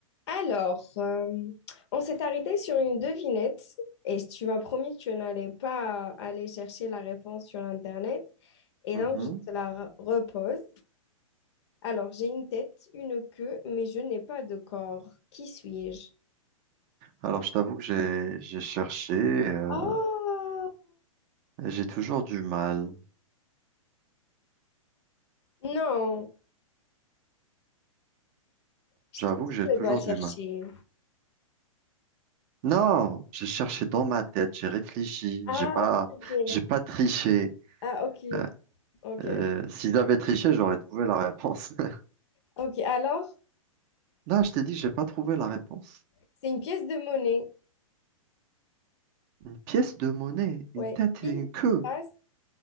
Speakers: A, on the left (about 50°); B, on the right (about 35°).
A: Alors, euh, on s'est arrêté sur une devinette et tu m'as promis que tu n'allais pas aller chercher la réponse sur Internet et
B: Mhm.
A: donc je te la re- repose. Alors, j'ai une tête, une queue, mais je n'ai pas de corps. Qui suis-je?
B: Alors, je t'avoue que j'ai j'ai cherché, euh,
A: Oh!
B: et j'ai toujours du mal.
A: Non, je
B: J'avoue
A: t'ai dit
B: que j'ai toujours
A: de pas chercher.
B: du mal. Non, j'ai cherché dans ma tête, j'ai réfléchi,
A: Ah,
B: j'ai pas
A: ok.
B: j'ai pas triché.
A: Ah, ok.
B: Euh,
A: Ok.
B: euh, s'ils avaient triché, j'aurais trouvé la réponse. <laughs>
A: Ok, alors,
B: Là, je t'ai dit, j'ai pas trouvé la réponse.
A: c'est une pièce de monnaie.
B: Une pièce de monnaie, une
A: Ouais,
B: tête
A: pile,
B: et une queue.
A: face,